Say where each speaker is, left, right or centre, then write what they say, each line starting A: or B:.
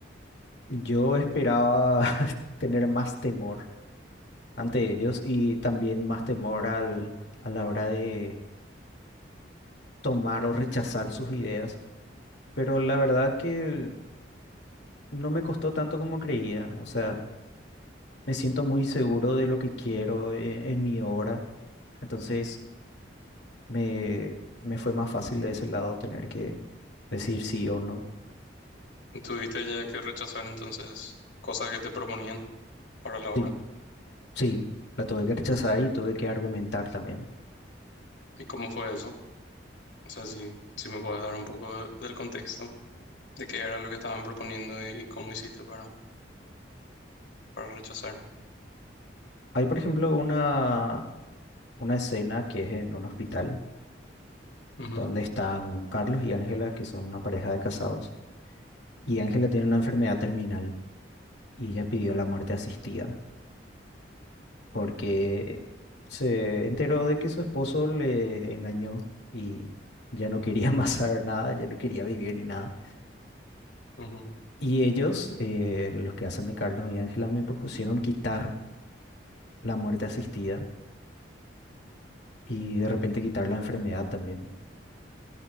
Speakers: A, on the left (about 65°); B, on the left (about 85°).
A: yo esperaba <laughs> tener más temor ante ellos y también más temor al, a la hora de tomar o rechazar sus ideas. Pero la verdad que no me costó tanto como creía. O sea... me siento muy seguro de lo que quiero en, en mi obra. Entonces me, me fue más fácil de ese lado tener que decir sí o no.
B: ¿Tuviste ya que rechazar entonces cosas que te proponían para la obra?
A: Sí, sí, la tuve que rechazar y tuve que argumentar también.
B: ¿Y cómo fue eso? O sea, si, si me puedes dar un poco de- del contexto de qué era lo que estaban proponiendo y, y cómo hiciste para, para rechazar.
A: Hay, por ejemplo, una, una escena que es en un hospital
B: Ujú,
A: donde están Carlos y Ángela, que son una pareja de casados, y Ángela tiene una enfermedad terminal y ella pidió la muerte asistida. porque se enteró de que su esposo le engañó y ya no quería <laughs> más saber nada, ya no quería vivir ni nada.
B: ujú,
A: Y ellos, eh, los que hacen de Carlos y Ángela, me propusieron quitar la muerte asistida y de repente quitar la enfermedad también.